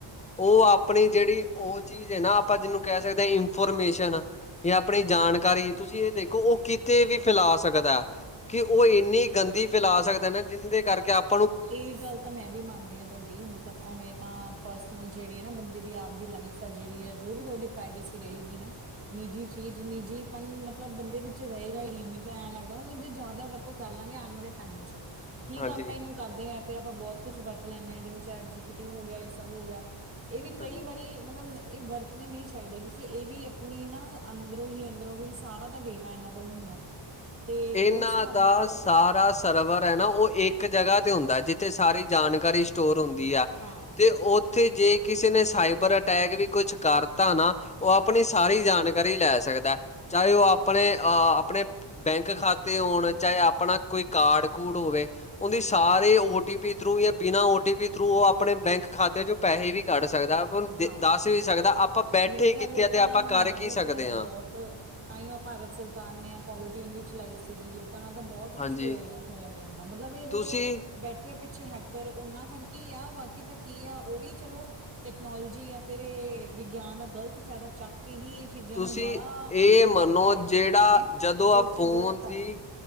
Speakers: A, on the left; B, on the right.
A: ਓਹ ਆਪਣੀ ਜੇੜੀ ਓਹ ਚੀਜ਼ ਏ ਨਾ ਆਪਾਂ ਜਿਨੂੰ ਕੈ ਸਕਦੇ ਆਂ ਇਨਫੋਰਮੇਸ਼ਨ। ਯਾ ਅਪਣੀ ਜਾਣਕਾਰੀ ਤੁਸੀਂ ਏਹ ਦੇਖੋ ਓਹ ਕਿਤੇ ਵੀ ਫੈਲਾ ਸਕਦੈ। ਕਿ ਓਹ ਏੰਨੀ ਗੰਦੀ ਫੈਲਾ ਸਕਦੈ ਨਾ ਜਿੰਦੇ ਕਰਕੇ ਆਪ
B: ਏਹ ਗੱਲ ਤਾਂ ਮੈਂ ਵੀ ਮੰਨਦੀ ਆਂ ਤੁਹੈਡੀ ਮਤਲਬ ਐਵੇਂ ਤਾਂ ਪਰਸਨਲ ਜੇੜੀ ਐ ਨਾ ਬੰਦੇ ਦੀ ਆਪ ਦੀ ਲਾਈਫ ਆ ਜੇੜੀ ਅ ਜੋ ਵੀ ਓਦੀ ਪ੍ਰ੍ਰਾਵੇਸੀ ਰਹੇਗੀ ਨਾ ਨਿੱਜੀ ਚੀਜ਼ ਨਿੱਜੀਪਨ ਮਤਲਬ ਬੰਦੇ ਵਿੱਚ ਰਹੇਗਾ ਹੀ ਨਹੀ। ਮੈਨੂੰ ਤਾਂ ਐਂ ਲੱਗਦਾ ਮਤਲਬ ਜੇ ਜੈਦਾ ਵ ਤੋਂ ਕਰ ਲਾੰਗੇ ਆਣ ਵਾਲੇ ਟਾਈਮ ਚ, ਠੀਕ
A: ਹਾਂਜੀ,
B: ਐ ਆਪਾਂ ਏਨੂੰ ਕਰਦੇ ਆ ਫੇਰ ਅਪਾਂ ਬਹੁਤ ਕੁਛ ਵਰਤ ਲੈਂਣੇ ਆਂ, ਜਿਵੇਂ ਚੈਟ ਜੀ ਪੀ ਟੀ ਹੋ ਗਿਆ, ਏਹ ਸਭ ਹੋ ਗਿਆ। ਏਹ ਵੀ ਕਈ
A: ਹਾਂਜੀ।
B: ਵਾਰੀ ਮਤਲਬ ਨ ਏਹ ਵਰਤਣੇ ਨਹੀਂ ਚਾਹੀਦੇ ਕਿਉਂਕਿ ਏਹ ਵੀ ਅਪਣੀ ਨਾ ਅੰਦਰੋਂ ਹੀ ਅੰਦਰੋਂ ਹੀ ਸਾਰਾ ਦਾ ਡੇਟ ਤਾਂ ਏਨਾਂ ਕੋਲ ਹੁੰਦਾ। ਤੇ
A: ਇਨ੍ਹਾਂ
B: ਉਸ ਹਿਸਾਬ
A: ਦਾ
B: ਨਾਲ
A: ਸਾਰਾ ਸ? ਸਰਵਰ ਐ ਨਾ ਓਹ ਇਕ ਜਗ੍ਹਾ ਤੇ ਹੁੰਦਾ ਹੈ, ਜਿੱਥੇ ਸਾਰੀ ਜਾਣਕਾਰੀ ਸਟੋਰ ਹੁੰਦੀ ਆ,
B: ਹਾਂ
A: ਤੇ ਔਥੇ ਜੇ ਕਿਸੇ ਨੇ, ਸਾਈਬਰ ਅਟੈਕ ਵੀ ਕੁਛ ਕਰ? ਤਾ ਨਾ ਓਹ ਅਪਣੀ ਸਾਰੀ ਜਾਣਕਾਰੀ ਲੈ ਸਕਦਾ ਹੈ। ਚਾਹੇ ਓਹ ਆਪਣੇ ਅ ਅਪਣੇ? ਬੈਂਕ ਖਾਤੇ ਹੋਣ, ਚਾਹੇ ਆਪਣਾ ਕੋਈ ਕਾਰਡ-ਕੂਰਡ ਹੋਵੇ। ਓਦੀ ਸਾਰੇ ਔ ਟੀ ਪੀ ਥਰੂ, ਯਾ ਬਿਨਾਂ ਔ ਟੀ ਪੀ ਥਰੂ, ਓਹ ਆਪਣੇ ਬੈਂਕ ਖਾਤੇਆ ਚੋਂ, ਪੈਹੇ ਵੀ ਕੱਢ ਸਕਦਾ। ਆਪਾਂ ਨੂੰ
B: ਹਾਂ,
A: ਦੱਸ ਵੀ ਸਕਦਾ ਆਪਾਂ ਬੈਠੇ
B: ਮੇਰੇ ਖਿਆਲ
A: ਕਿੱਥੇ
B: ਲੋਕਾਂ
A: ਆ ਤੇ ਆਪਾਂ
B: ਨਾਲ ਹੁੰਦਾ
A: ਕਰ ਕੀ
B: ਵੀ
A: ਸਕਦੇ
B: ਪਿਆ ਬਹੁਤ।
A: ਹਾਂ
B: ਤ ਤਾਂਹੀ ਓਹ ਭਾਰਤ ਸਰਕਾਰ ਨੇ, ਆ ਕੋਲਰਟਯੂਨ ਵੀ ਚਲਾਈ ਸੀਗੀ। ਲੋ ਲੋਕਾਂ ਨਾਲ ਤਾਂ ਬਹੁਤ ਕੁੱਛ
A: ਹਾਂਜੀ
B: ਹੋਇਆ, ਹੋਇਆ ਜਾਂਦਾ, ਮਤਲਬ ਏਹ ਜੇੜੇ?
A: ਤੁਸੀਂ
B: ਬੈਠੇ ਆ ਪਿੱਛੇ ਹੈਕਰ, ਓਨਾਂ ਕਰਕੇ ਹੀ ਆ, ਬਾਕੀ ਤਾਂ ਕੀ ਆ ਓਹ ਵੀ ਚਲੋ? ਟੈਕਨੋਲੋਜੀ ਯਾ, ਫਿਰ ਏਹ ਵਿਗਿਆਨ ਦਾ ਗ਼ਲਤ ਫੈਦਾ ਚੱਕ ਕੇ ਹੀ ਚੀਜ਼ਾਂ
A: ਤੁਸੀਂ
B: ਨੂੰ ਬਾਹਲਾ
A: ਏ
B: ਅੱਗੇ
A: ਮੰਨੋ,
B: ਕਰਕੇ ਲੈ ਕੇ
A: ਜੇੜਾ
B: ਜਾ ਰਹੇ ਨੇ
A: ਜਦੋਂ
B: ਜੋ
A: ਆ ਫੋਨ
B: ਕਿ ਗ਼ਲਤ
A: ਦੀ?
B: ਆ